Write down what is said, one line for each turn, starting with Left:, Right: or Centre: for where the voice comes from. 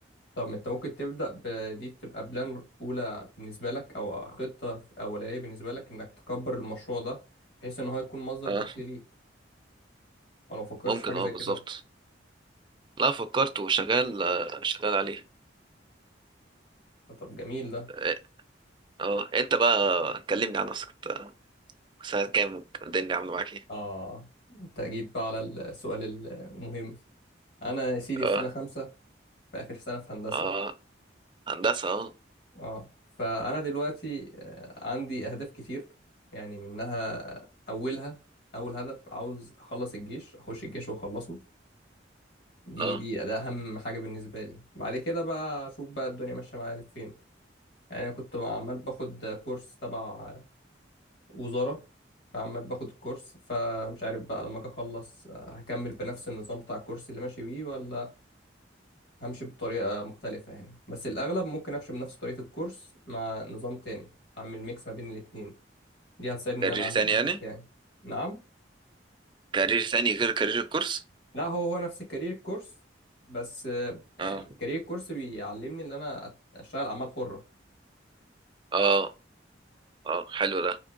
Left: طب انت ممكن تبدأ بدي تبقى بلان اولى بالنسبة لك او خطة اولانية بالنسبة لك انك تكبر المشروع ده بحيث ان هو يكون مصدر
Right: اه
Left: دخل ليك وانا ما فكرتش
Right: ممكن
Left: في حاجه
Right: اه
Left: زي
Right: بالظبط
Left: كده
Right: لا فكرت وشغال آه، شغال عليه
Left: طب جميل ده
Right: اه آه. انت بقى كلمني عن نفسك إنت ساعة كام الدنيا عاملة معاك ايه
Left: اه انت جيت بقى على السؤال المهم انا يا سيدي
Right: اه
Left: في سنه خمسه في اخر سنه في هندسه
Right: اه هندسة اه
Left: اه فانا دلوقتي آه، عندي اهداف كتير يعني منها اولها اول هدف عاوز اخلص الجيش اخش الجيش واخلصه دي
Right: اه
Left: دي ده اهم حاجه بالنسبه لي بعد كده بقى اشوف بقى الدنيا ماشيه معايا فين يعني أنا كنت عمال باخد كورس تبع وزارة فعمال باخد الكورس فمش عارف بقى لما اجي اخلص آه، هكمل بنفس النظام بتاع الكورس اللي ماشي بيه ولا همشي بطريقة مختلفة يعني بس الأغلب ممكن أمشي بنفس طريقة الكورس مع نظام تاني أعمل ميكس ما بين الاتنين دي هتساعدني
Right: كارير
Left: إن أنا أعلي
Right: تاني
Left: الدخل
Right: يعني
Left: بتاعي نعم
Right: كارير تاني غير كارير الكورس
Left: لا هو هو نفس الكارير كورس بس آه، يعني
Right: اه
Left: كارير كورس بيعلمني إن أنا أشتغل أعمال حرة
Right: اه اه حلو ده